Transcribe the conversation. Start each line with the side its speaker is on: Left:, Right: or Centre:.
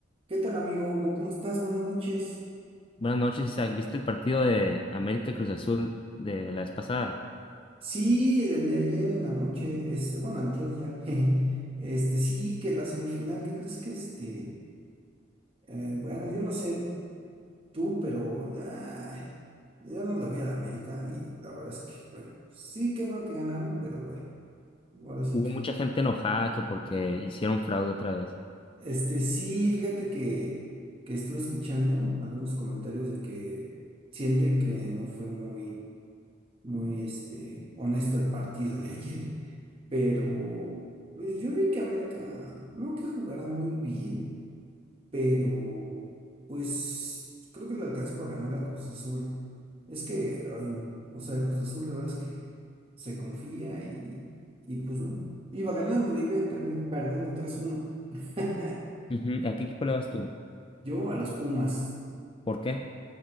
Right: ¿Qué tal, amigo Hugo? ¿Cómo estás? Buenas noches.
Left: Buenas noches, Isaac. ¿Viste el partido de América Cruz Azul de la vez pasada?
Right: Sí, el de ayer en la noche, este, bueno, antier ya. <laughs> jeje. Este, sí, que la semifinal, ¿qué crees que este? eh, bueno, yo no sé tú, pero ya, yo no le voy a la América y la verdad es que, bueno, sí, qué bueno que ganaron, pero bueno, ahora sí
Left: Hubo
Right: que.
Left: mucha gente enojada que porque hicieron fraude otra vez.
Right: Este, sí, fíjate que, que estuve escuchando algunos comentarios de que sienten que no fue muy, muy, este, honesto el partido de ayer. pero pues yo vi que América no que jugará muy bien, pero pues creo que le alcanzó para ganar a Cruz Azul. Es que, ay no, o sea, Cruz Azul de verdad es que se confía y, y pues no, iba ganando iba ve, terminó perdiendo tres uno <laughs>
Left: Ujú. ¿A qué equipo le vas tú?
Right: Yo a los Pumas,
Left: ¿Por qué?